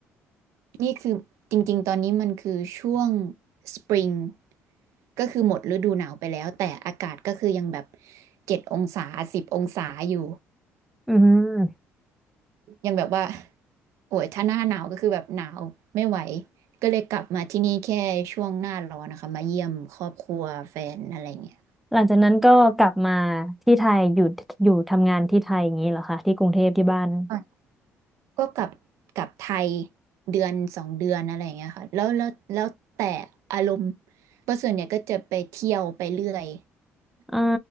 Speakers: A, on the right; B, in the centre.
A: นี่คือจริงๆ ตอนนี้มันคือช่วงสปริงก็คือหมดฤดูหนาวไปแล้วแต่อากาศก็คือยังแบบเจ็ดองศาสิบองศาอยู่
B: อืม
A: ยังแบบว่าโอ้ยถ้าหน้าหนาวก็คือแบบหนาวไม่ไหวก็เลยกลับมาที่นี่แค่ช่วงหน้าร้อนนะคะมาเยี่ยมครอบครัวแฟนอะไรเงี้ย
B: หลังจากนั้นก็กลับมาที่ไทยอยู่อยู่ทำงานที่ไทยอย่างนี้เหรอคะที่กรุงเทพที่บ้าน
A: อ่ะก็กลับกลับไทยเดือนสองเดือนอะไรเงี้ยค่ะแล้วแล้วแล้วแต่อารมณ์เพราะส่วนใหญ่ยก็จะไปเที่ยวไปเรื่อย
B: อ่า